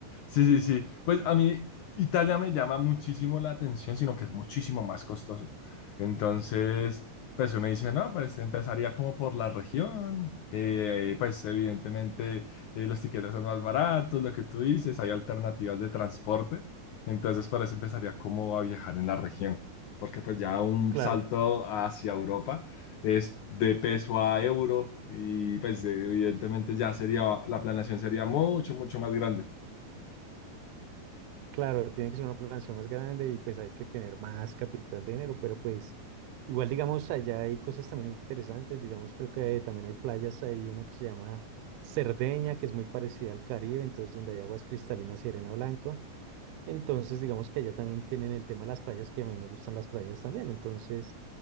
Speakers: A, on the left; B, on the right.
A: sí, sí, sí. Pues a mí Italia me llama muchísimo la atención, sino que es muchísimo más costoso. Entonces, pues uno dice, no, pues empezaría como por la región. eh, pues evidentemente eh, los tiquetes son más baratos, lo que tú dices, hay alternativas de transporte. Entonces, por eso empezaría como a viajar en la región, porque pues ya un
B: claro.
A: salto hacia Europa es de peso a euro y pues evidentemente ya sería, la planeación sería mucho, mucho más grande.
B: Claro, tiene que ser una población más grande y pues hay que tener más capital de dinero, pero pues igual digamos allá hay cosas también interesantes, digamos creo que también hay playas, hay una que se llama Cerdeña, que es muy parecida al Caribe, entonces donde hay aguas cristalinas y arena blanco, entonces digamos que allá también tienen el tema de las playas, que a mí me gustan las playas también, entonces